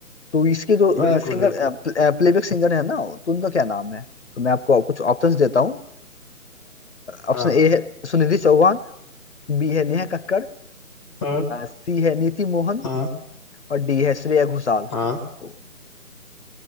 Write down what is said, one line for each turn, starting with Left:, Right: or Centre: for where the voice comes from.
Left: तो इसके जो
Centre: बिल्कुल
Left: सिंगर
Centre: बिल्कुल
Left: प्लेबैक सिंगर है ना तो उनका क्या नाम है तो मैं आपको कुछ ऑप्शंस देता हूँ ऑप्शन
Centre: हाँ
Left: ए है सुनिधि चौहान बी है नेहा कक्कड़
Centre: हाँ
Left: सी है नीति मोहन
Centre: हाँ
Left: और डी है श्रेया घोषाल
Centre: हाँ
Left: ओ,